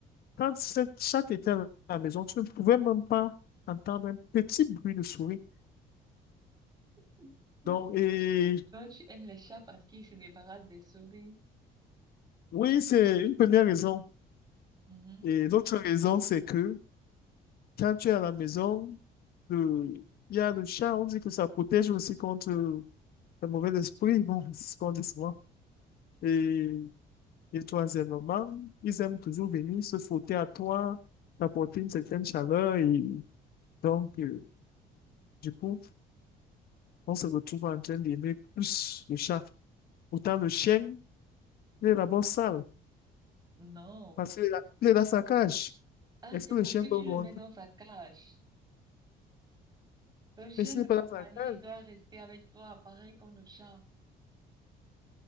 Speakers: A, on the left; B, on the right.
A: quand cette chatte était à la maison, tu ne pouvais même pas entendre un petit bruit de souris.
B: <laughs>
A: Donc, et
B: Donc, tu aimes les chats parce qu'ils se débarrassent des souris.
A: oui, c'est une première raison.
B: Mhm.
A: Et l'autre raison, c'est que quand tu es à la maison, le- il y a le chat, on dit que ça protège aussi contre le mauvais esprit, bon, <laughs> c'est ce qu'on dit souvent. Et, et troisièmement, ils aiment toujours venir se frotter à toi, t'apporter une certaine chaleur. Et donc, euh, du coup, on se retrouve en train d'aimer plus le chat. Pourtant, le chien, il est d'abord sale,
B: Non.
A: parce qu'il est, là- il est dans sa cage.
B: Ah,
A: Est-ce
B: c'est
A: que le
B: parce
A: chien
B: que
A: peut
B: tu
A: monter?
B: le mets dans sa cage. Ton chien
A: Mais s'il
B: de
A: n'est pas
B: compagnie
A: dans sa cage,
B: doit rester avec toi, pareil comme le chat.